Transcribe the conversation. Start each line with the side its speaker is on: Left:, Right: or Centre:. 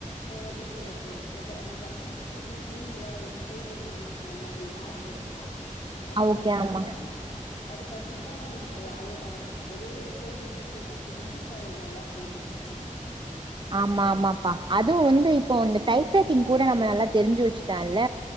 Left: எப்புடி சொல்றது கத்து என்டே அந்த கத்துக்கிட்டு நீங்க சொன்னீங்கள்ளே டெய்லரிங் அந்த மாதிரி ஆரி ஒர்க்லா அது
Right: ஓகே
Left: கத்துக்குதா
Right: ஆமா
Left: அது கத் கத்துட்டுதா அவங்களுக்கு இப்ப வேலேயே கிடைச்சிருக்கு ஏதோ ஒரு பொழுதுபோக்குக்கு கத்துகுந்து இப்ப அவங்களுக்கு நல்லா போயிட்டுருக்கு பியூச்சர்
Right: ஆமா ஆமாப்பா அதுவு வந்து இப்போ இந்த டைப் ரைட்டிங் கூட நம்ம நல்லா தெரிஞ்சு வச்சுகிட்டால்ல